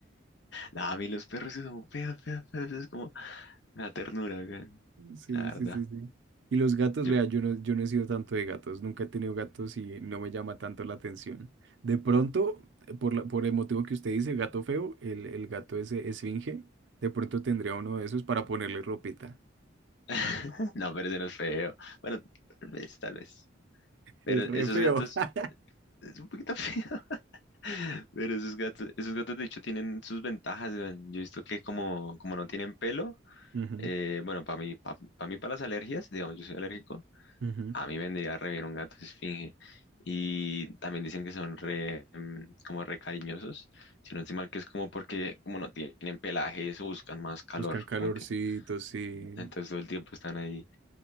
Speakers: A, on the left; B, on the right.
A: No, a mí los perros que son feos, feos, feos, es como una ternura, güey,
B: Sí,
A: La verdad.
B: sí, sí, sí. Y los gatos,
A: Yo-
B: vea, yo no, yo no he sido tanto de gatos, nunca he tenido gatos y no me llama tanto la atención. De pronto, eh, por la- por el motivo que usted dice, gato feo, el, el gato ese esfinge, de pronto tendría uno de esos para ponerle ropita.
A: <laughs> No, pero ese no es feo. Bueno, tal vez, tal vez. Pero
B: Es re
A: esos
B: feo.
A: gatos,
B: <laughs>
A: es un poquito feo. <laughs> Pero esos gatos, esos gatos de hecho tienen sus ventajas, güey. Yo he visto que como, como no tienen pelo,
B: Ujú,
A: eh, bueno, para mí, para mí, para las alergias, digamos, yo soy alérgico,
B: ujú.
A: A mí me vendría re bien un gato esfinge. Y también dicen que son re, mm, como re cariñosos. Si no estoy mal, que es como porque como no tienen pelaje, eso buscan más calor.
B: Buscan calorcitos,
A: como que-
B: sí.
A: entonces todo el tiempo están ahí,